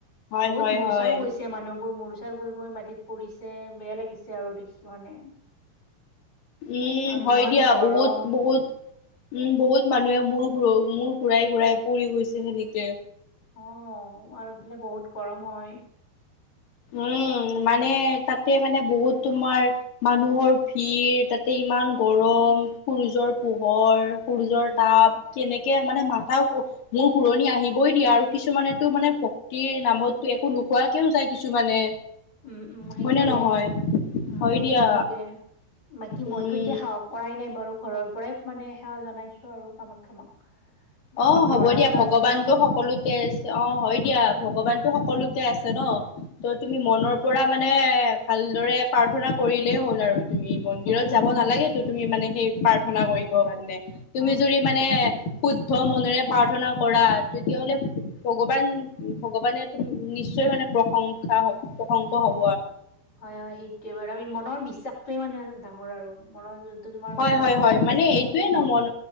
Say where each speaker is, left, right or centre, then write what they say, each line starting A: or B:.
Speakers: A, on the left; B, on the left.
A: হয়
B: বহুত
A: হয়
B: মূৰ্চাও
A: হয়
B: গৈছে মানুহবোৰ মূৰ্ ৰ্ছা গৈ - গৈ মাটিত পৰিছে। বেয়া লাগিছে আৰু দেখি মানে।
A: উম,
B: আৰু
A: হয়
B: ইমান
A: দিয়া।
B: গৰম
A: বহুত - বহুত উম, বহুত মানুহে মূৰ ঘূৰ- মূৰ ঘূৰাই ঘূৰাই পৰি গৈছে সেনেকে।
B: অ, 'আৰু সেই বহুত গৰম হয়।
A: উম মানে তাতে মানে বহুত তোমাৰ মানুহৰ ভিৰ, তাতে ইমান গৰম, সূৰ্যৰ পোহৰ, সূৰ্যৰ
B: উম
A: তাপ কেনেকে মানে মা মোৰ শুৰণি আহিবই দিয়া আৰু কিছুমানেতো মানে ভক্তিৰ নামতো একো নোখোৱাকেও যায়। কিছুমানে,
B: উম, উম সেইটোৱে।
A: হয় নে নহয়
B: উম,
A: হয় দিয়া
B: সেইটোয়ে বাকি
A: উম
B: মইতো এতিয়া সাহস কৰাই নাই বাৰু ঘৰৰ, পৰাই মানে সেৱা জনাইছো আৰু কামাখ্যা মাক। মানে
A: অ,
B: মোৰ
A: হ'ব
B: ল'ৰা
A: দিয়া
B: এটা
A: ভগৱান
B: আছে ন
A: টো সকলোতে অ হয় দিয়া ভগৱানতো সকলোতে। আছে ন, ত তুমি মনৰ পৰা মানে ভালদৰে প্ৰাৰ্থনা কৰিলেই হ'ল আৰু। তুমি মন্দিৰত
B: অ
A: যাব
B: সেইটোৱে
A: নালাগে তো, তুমি মানে সেই প্ৰাৰ্থনা কৰিবৰ কাৰণে তুমি
B: অ সেইটোৱে
A: যদি মানে,
B: সেইটোৱে
A: শুদ্ধ মনেৰে প্ৰাৰ্থনা কৰা তেতিয়াহ'লে ভগৱান, ভগৱানে নিশ্চয় মানে প্ৰশংসা হব, প্ৰশংসা হওঁক,
B: হয়, হয় সেইটোয়ে বাৰু আমি মনৰ বিশ্বাসটোয়ে মানে ডাঙৰ আৰু মনৰ, তোমাৰ
A: হয়,।
B: মানে
A: হয়,।
B: মনৰ
A: হয়,।
B: বিশ্বাস
A: মানে এইটোয়ে
B: হয়
A: ন মন